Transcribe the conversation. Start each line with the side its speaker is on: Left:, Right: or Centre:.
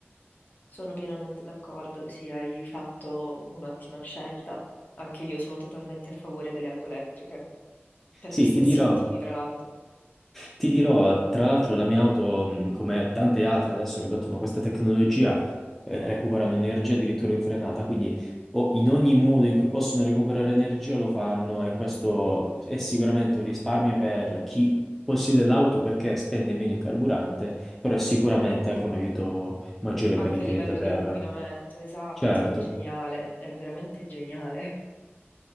Left: sono pienamente d'accordo, sì, hai fatto un'ottima scelta. Anche io sono totalmente a favore delle auto elettriche, per
Centre: Sì,
Left: gli stessi
Centre: ti dirò.
Left: motivi, tra l'altro.
Centre: Ti dirò, tra l'altro, la mia auto, mh, come tante altre adesso che adottano questa tecnologia, eh, recuperano energia addirittura in frenata, quindi o in ogni modo in cui possono recuperare energia lo fanno e questo è sicuramente un risparmio per chi possiede l'auto perché spende meno in carburante, però è sicuramente anche un aiuto maggiore
Left: Anche
Centre: per il
Left: a
Centre: pianeta
Left: livello
Centre: Terra.
Left: di inquinamento, esatto,
Centre: Certo.
Left: è geniale, è veramente geniale.